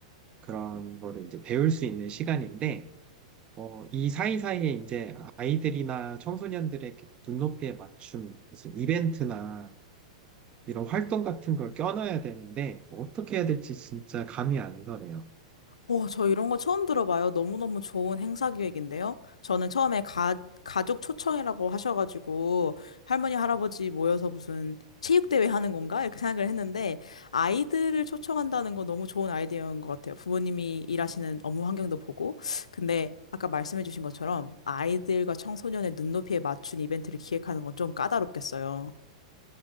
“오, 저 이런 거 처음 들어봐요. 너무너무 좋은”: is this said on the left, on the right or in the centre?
Left